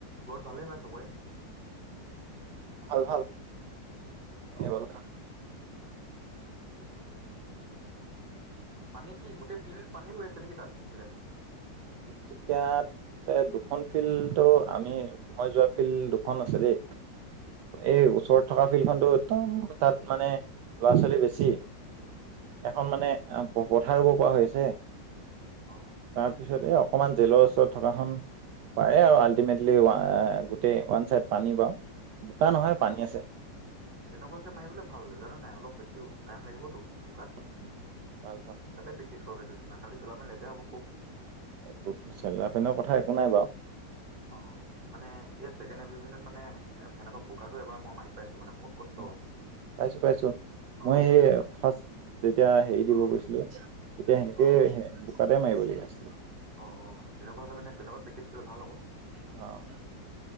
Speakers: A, on the right; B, on the right.
A: ঘৰত ভালে পায় চবৰে?
B: ভাল ভাল
A: অ
B: এইবল
A: অ
B: খা?
A: <inaudible> পানী কি? গোটেই ফিল্ড পানী হৈ আছে নেকি তাত জেগাত।
B: তুমচ ক <unintelligible> এ দুখন ফিল্ড তটো আমি মই যোৱা ফিল্ড দুখন আছে দেই? এই
A: অ
B: ওচৰত থকা ফিল্ডখনতো একদম তাত মানে ল'ৰা ছোৱালী বেছি? এখন
A: অ
B: মানে অ পথাৰ ৰুব পৰা হৈ আছে।
A: অহ,
B: তাৰপিছতে এ অকমান জেলৰ ওচৰত থকাখন পাৰে আৰু আল্টিমেটলি
A: অ অ
B: এ ওৱান চাইড পানী পাও বোকা নহয় পানী
A: অ
B: আছে।
A: তেনেকুৱাকে মাৰিবলৈ ভাল জাননে নাই? অলপ বেছিও টাইম লাগিবতো বোকাত।
B: উম, ভাল ভাল।
A: তাতে প্ৰেক্টিচ কৰাগৈ দুদিনমান, খালি চোলা পেন্ট লেতেৰা হ'ব খুব।
B: <unintelligible> চেলা পেনৰ কথা একো
A: অ',
B: নাই বাৰু
A: অ', মানে এই ছেকেণ্ড এপিবি এনত মানে সেনেকুৱা বোকাটো এবাৰ মই মাৰি পাইছো মানে, বহুত কষ্ট
B: উহ', পাইছো পাইছো।
A: অ
B: মই এই ফাৰ্ষ্ট যেতিয়া হেৰি দিব
A: অ
B: গৈছিলো তেতিয়া সেনেকে
A: অ
B: বোকাতে মাৰিব লাগিব।
A: অ', অ', তেনেকুৱা হ'লে মানে তেনেকুৱাত প্ৰেক্টিচ কৰিলে ভাল আকৌ।
B: অ',